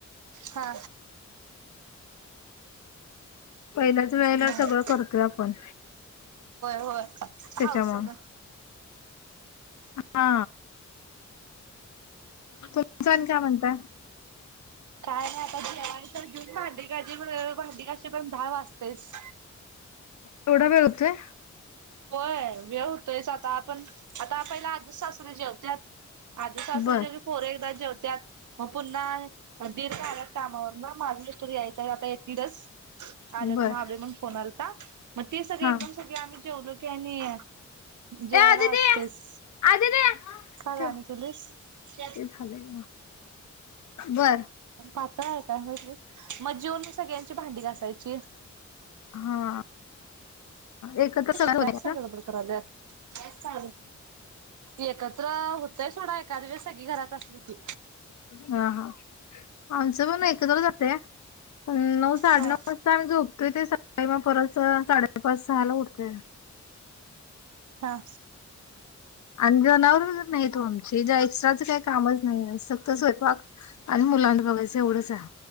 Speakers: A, on the right (about 85°); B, on the left (about 70°).
A: हा.
B: पहिल्याच वेळेला
A: होय
B: सगळं करतोय आपण
A: होय
B: त्याच्यामुळे.
A: हावसन
B: हा. तुमचं आणि काय म्हणता?
A: काय नाही आता जेवायचं भांडी घासेपर्यंत भांडी दहा वाजतोयच.
B: तेवढा वेळ होतोय?
A: होय वे होतोयच आता आपण आता पहिला आजे सासरे जेवत्यात. आजे सासरे
B: बर
A: जवले कि पोर एकदा जेवता त्यात हो पुन्हा दीर आलात कामावर ना माझा इस्त यायचंय आता येतीलच आलेत
B: बर
A: म्हणून मग फोन आलता मग ते सगळे
B: हा
A: एकदम सगळे आम्ही जेवलो कि जेवाला
B: ए आदिती
A: वाचतेस
B: आदिती
A: का
B: ठेव
A: गाणी तुस <unintelligible>
B: ते झालं की मग. बर
A: काय काय म्हण <inaudible> मग जेवून मी सगळ्यांची भांडी घासा सस्
B: हा एकत्र सगळं
A: <unintelligible>
B: होतंय
A: कॅशग
B: का?
A: बरकार <unintelligible> त एकत्र होत तय सोडा एखाद्या वेस सगळी घरात असली की
B: हा हा आमचं पण एकत्र जातं. नऊ साडे
A: हा.
B: नऊ वाजता आम्ही झोपतय ते काव परत साडेपाच सहाला उठतोय
A: चहा.
B: आणि जनावर वैगरे नाही तो आमची ज एक्स्ट्राचं काही कामाचं नाही फक्त स्वयंपाक आणि मुलांना बघायचं एवढंच आहे.